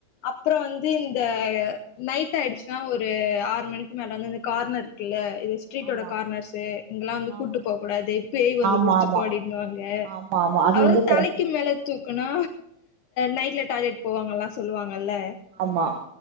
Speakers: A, on the left (about 75°); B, on the right (about 75°).
A: அப்புற வந்து இந்த நைட் ஆயிடுச்சுன்னா ஒரு ஆறு மணிக்கு மேல வந்து கார்னர் இருக்குல்ல இது ஸ்ட்ரீட்டோட
B: ஆமா
A: கார்னர்ஸ்ஸூ இங்கலா வந்து
B: ஆமா
A: கூட்டு போ கூடாது பேய் வந்து
B: ஆமா
A: புடிச்சுக்கோ
B: ஆமா
A: அப்டின்னுவாங்க
B: ஆமா ஆமா அது
A: அவர்
B: வந்து கொ
A: தலக்கி மேல கொன்னா நைட்ல டாய்லெட் போவாங்கல்லா சொல்லுவாங்கல்ல
B: அமா